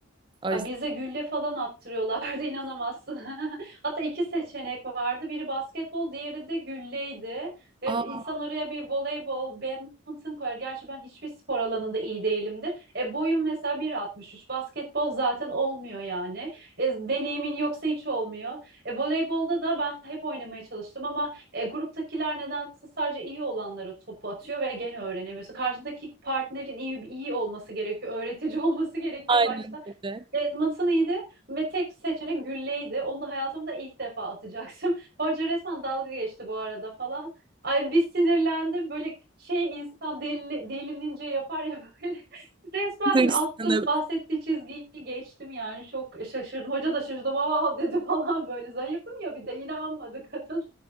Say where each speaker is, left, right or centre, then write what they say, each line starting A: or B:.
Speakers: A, on the right (about 25°); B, on the right (about 50°).
A: O
B: Ay,
A: yüzden.
B: Bize gülle falan attırıyorlardı <laughs> inanamazsın. <laughs> Hatta iki seçenek vardı. Biri basketbol, diğeri de gülleydi. Ve
A: Aa,
B: insan araya bir voleybol, badminton koyar. Gerçi ben hiçbir spor alanında iyi değilimdir. E boyum mesela 1.63. Basketbol zaten olmuyor yani. E, deneyimin yoksa hiç olmuyor. E voleybolda da ben hep oynamaya çalıştım ama e, gruptakiler nedense sadece iyi olanlara topu atıyor ve gene öğrenemiyorsun. Karşındaki partnerin iyi iyi olması gerekiyor, öğretici <laughs> olması gerekiyor
A: aynen
B: başta.
A: öyle.
B: Evet, matın iyiydi ve tek seçenek gülleydi. Onu da hayatımda ilk defa atacaktım. <laughs> Hoca resmen dalga geçti bu arada falan. Aynı bir sinirlendim. Böyle şey insan deli, delilince yapar ya böyle. <laughs> Resmen
A: Hırslanıp
B: attım. Bahsettiği çizgiyi geçtim yani. Çok şaşırdım. Hoca da şaşırdı. Vav dedi <laughs> falan böyle. Zayıfım ya bir de inanmadı <laughs> kadın.